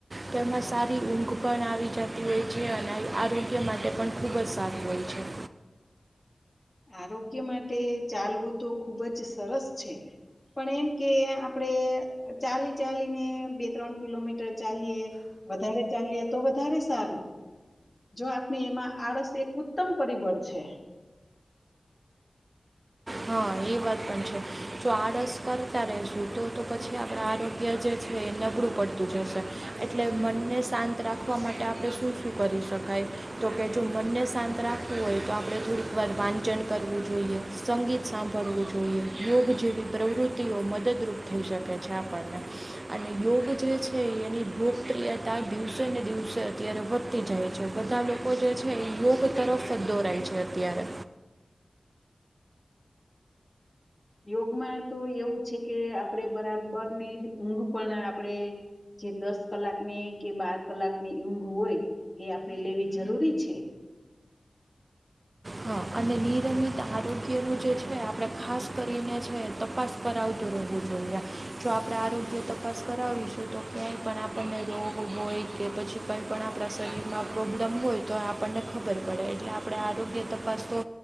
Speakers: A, on the right; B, on the left.
A: તેમાં સારી ઊંઘ પણ આવી જાતી હોય છે અને આરોગ્ય માટે પણ ખૂબ જ સારું હોય છે.
B: આરોગ્ય માટે ચાલવું તો ખૂબ જ સરસ છે. પણ એમ કે આપણે ચાલી ચાલીને બે ત્રણ કિલોમીટર ચાલીએ. વધારે ચાલીએ તો વધારે સારું. જો આપણે એમાં આળસ એક ઉત્તમ પરિબળ છે.
A: હા એ વાત પણ છે. જો આળસ કરતા રહેશું તો તો પછી આપણા આરોગ્ય જે છે એ નબળું પડતું જશે. એટલે મનને શાંત રાખવા માટે આપડે શું શું કરી શકાય? તો કે જો મનને શાંત રાખવું હોય તો આપણે થોડીકવાર વાંચન કરવું જોઈએ. સંગીત સાંભળવું જોઈએ, યોગ જેવી પ્રવૃત્તિઓ મદદરૂપ થઈ શકે છે આપણને. અને યોગ જે છે એની લોકપ્રિયતા દિવસેને દિવસે અત્યારે વધ તી જાય છે બધાં લોકો જે છે ઈ યોગ તરફ જ દોરાય છે અત્યારે.
B: યોગમાં તો એવું છે કે આપણે બરાબરની ઊંઘ પણ આપણે જે દસ કલાકની કે બાર કલાકની ઊંઘ હોય એ આપણેે લેવી જરૂરી છે.
A: હા અને નિરમિત આરોગ્યનું જે છે આપણે ખાસ કરીને છે તપાસ કરાવતું રહેવું જોઈએ જો આપણે આરોગ્ય તપાસ કરાવીશું. ક્યાંય પણ આપણને રોગ હોય કે પછી કંઈ પણ આપણા શરીરમાં પ્રોબ્લેમ હોય તો આપણને ખબ ખબર પડે, એટલે આપણે આરોગ્ય તપાસ તો